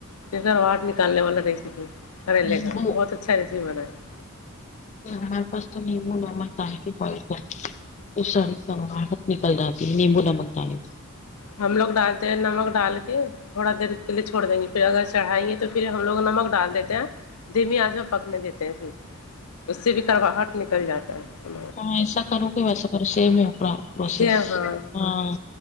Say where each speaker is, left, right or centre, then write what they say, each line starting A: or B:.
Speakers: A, on the left; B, on the left.
A: کہ گھرواہٹ نکالنے والا ریسیپی کرریلے
B: نیمبو
A: کا بہت اچھا <unintelligible>
B: ہمارے پاس تو نیمبو نمک دالکے بوئل کرتے ہیں وہ ساری کڑواہٹ نکل جاتی ہے نیمبو نمک ڈالے تو
A: ہم لوگ ڈالتے ہیں نمک ڈال کے تھوڑا دیر کےلیے چھوڑ دیں گے پھر اگر چڑھائیے تو پھر ہم لوگ نمک ڈال دیتے ہیں دھیمی آنچ پے پکنے دیتے ہیں اس سے بھی کرواہٹ نکل جاتا ہے
B: ہاں ایسا کرو کہ وسا کرو سیم ہے پورا پروسیس
A: سیم ہاں
B: ہاں